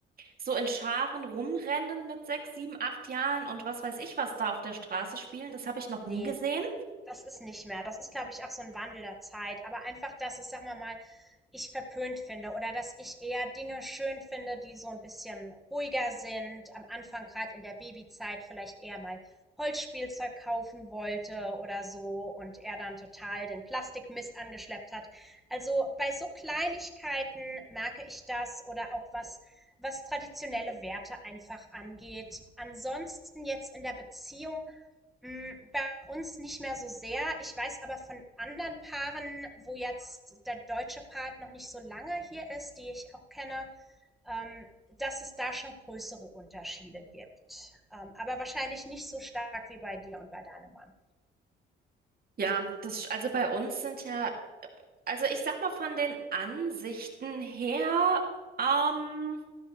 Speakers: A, on the right; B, in the centre.
A: so in Scharen rumrennen mit sechs, sieben, acht Jahren und was weiß ich was da auf der Straße spielen, das habe ich noch
B: nee,
A: nie gesehen.
B: Das ist nicht mehr. Das ist, glaube ich, auch so ein Wandel der Zeit, aber einfach, dass es, sagen wir mal, ich verpönt finde oder dass ich eher Dinge schön finde, die so ein bisschen ruhiger sind. Am Anfang, gerade in der Babyzeit, vielleicht eher mal Holzspielzeug kaufen wollte oder so und er dann total den Plastikmist angeschleppt hat. Also, bei so Kleinigkeiten merke ich das oder auch was was traditionelle Werte einfach angeht. Ansonsten jetzt in der Beziehung Mm, Bei uns nicht mehr so sehr. Ich weiß aber von anderen Paaren, wo jetzt der deutsche Part noch nicht so lange hier ist, die ich auch kenne, ähm, dass es da schon größere Unterschiede gibt. Ähm, aber wahrscheinlich nicht so stark wie bei dir und bei deinem Mann.
A: Ja, das, also bei uns sind ja, also ich sag mal von den Ansichten her, ähm,